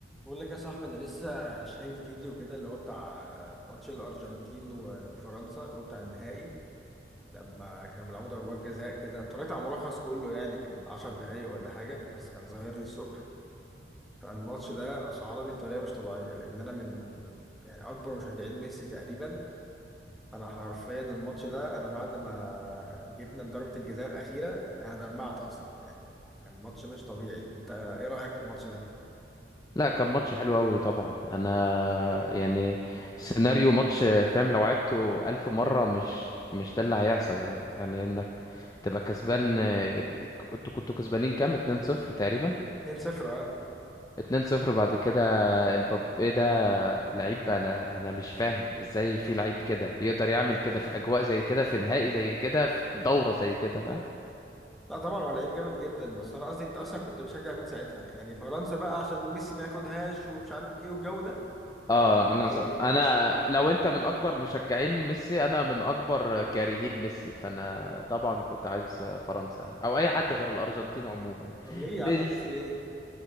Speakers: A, in the centre; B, on the left.
A: بقول لك يا صاحبي انا لسه شايف فيديو كده اللي هو بتاع ماتش الارجنتين و- وفرنسا اللي هو بتاع النهائي لما كانوا بيلعبوا ضربات جزاء كده اتفرجت على ملخص كله يعني كان 10 دقايق ولا حاجه بس كان ظاهر لي الصبح انا الماتش ده اشعرني بطريقه مش طبيعيه لان انا من يعني اكبر مشجعين ميسي تقريبا انا حرفيا الماتش ده انا بعد ما جبنا ضربه الجزاء الاخيره انا دمعت اصلا يعني كان الماتش مش طبيعي انت ايه رايك في الماتش ده
B: لا كان ماتش حلو قوي طبعا انا يعني سيناريو ماتش فاهم لو عدته ألف مرة مش مش ده اللي هيحصل يعني, يعني انك تبقى كسبان آه، انتوا كنتوا كسبانين كام 2-0 تقريبا
A: 2-0 اه
B: 2-0 بعد كده امبابي ده لعيب انا انا مش فاهم ازاي في لعيب كده يقدر يعمل كده في اجواء زي كده في نهائي زي كده في دورة زي كده فاهم
A: لا طبعا هو لعيب جامد جدا بس انا قصدي انت اصلا كنت بتشجع مين ساعتها يعني فرنسا بقى عشان ميسي ما ياخدهاش ومش عارف ايه والجو ده
B: اه
A: وانا بشجع
B: انا
A: على الارجنتين
B: انا لو انت من اكبر مشجعين ميسي انا من اكبر كارهين ميسي فانا طبعا كنت عايز فرنسا او اي حد غير الارجنتين عموما
A: طب ليه يا
B: بلز...
A: عم ميسي ليه